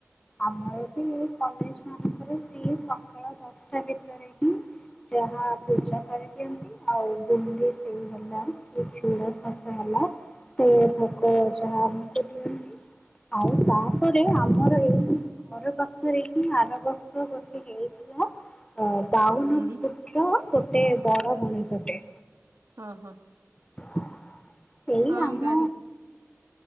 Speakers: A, on the left; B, on the right.
A: ଆମର ବି କଲେଜ ମାନଙ୍କରେ ସେଇ ସକାଳ ଦଶଟା ଭିତରେ ହିଁ ଯାହା ପୂଜା କରିଦିଅନ୍ତି। ଆଉ ବୁନ୍ଦୀ ସେଓ ହେଲା କି ଚୁଡ଼ା ଘସା ହେଲା ସେ ଭୋଗ ଯାହା ଆମକୁ ଦିଅନ୍ତି। ଆଉ ତାପରେ ଆମର ଏଇ ଘର ପାଖରେ ହିଁ ଆର ବର୍ଷ ଗୋଟେ ହେଇଥିଲା ଅ ବାଉ
B: ହୁଁ।
A: ଗୋଟେ ବଡ ଗଣେଶ ଟେ
B: ହଁ ହଁ।
A: <inaudible>
B: ହଁ
A: ଆମ
B: ମୁଁ ଜାଣିଛି।